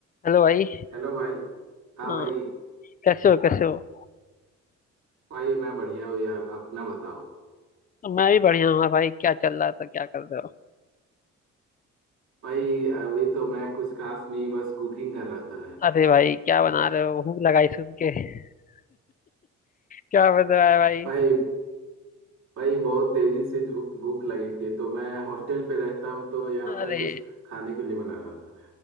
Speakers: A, on the left (about 30°); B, on the right (about 70°).
A: Hello भाई
B: Hello भाई हाँ
A: हाँ
B: भाई
A: कैसे हो कैसे हो
B: भाई मैं बढ़िया हूँ यार अपना बताओ
A: मैं भी बढ़िया हूँ हाँ भाई क्या चल रहा था क्या कर रहे हो
B: भाई अभी तो मैं कुछ खास नहीं बस कुकिंग कर रहा था
A: अरे भाई क्या बना रहे हो भूख लगाई सुन के <laughs> क्या बन रहा है भाई
B: भाई भाई बहुत तेजी से भूख भूख लगी थी तो मैं हॉस्टल पे रहता हूँ तो यहाँ
A: अरे
B: पर कुछ खाने के लिए बना रहा था